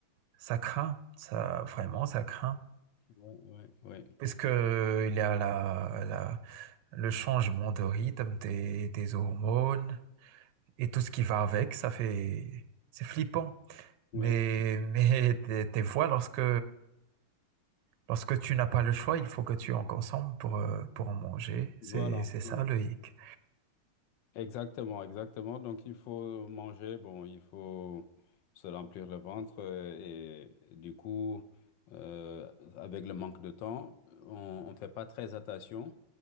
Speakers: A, on the right (about 70°); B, on the left (about 65°).
A: ça craint, ça, vraiment,
B: Oui,
A: ça craint.
B: oui, oui, oui.
A: Puisque il y a la, la- le changement de rythme des, des hormones et tout ce qui va avec, ça fait, c'est flippant.
B: oui.
A: Mais, <laughs> mais tes tes voix lorsque Lorsque tu n'as pas le choix, il faut que tu en consommes pour, euh, pour en manger. C'est,
B: Voilà.
A: c'est ça
B: ouais.
A: le hic.
B: Exactement, exactement. Donc, il faut manger, bon, il faut se remplir le ventre euh, et, et du coup, euh, avec le manque de temps, on ne fait pas très attention.